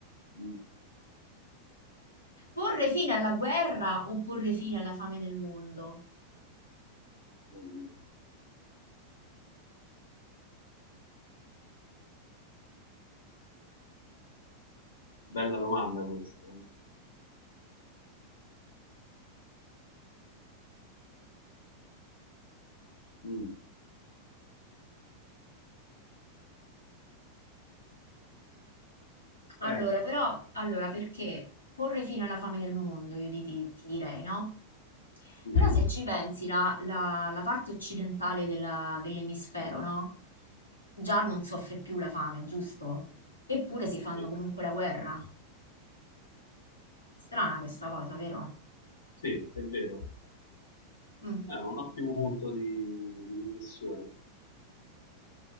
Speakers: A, on the left (about 65°); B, on the left (about 80°).
A: Mm,
B: Porre fine alla guerra o porre fine alla fame del mondo?
A: mamma mia. Bella domanda questa. eh. Mm,
B: Allora,
A: eh,
B: però, allora, perché porre fine alla fame del mondo, io di- ti, ti direi, no?
A: Mhm.
B: Però se ci pensi, la, la- la parte occidentale della- dell'emisfero, no? Già non soffre più la fame, giusto? Eppure si fanno
A: sì.
B: comunque la guerra. Strana questa cosa, vero?
A: Sì, è vero.
B: Mm,
A: È un ottimo punto di, di riflessione.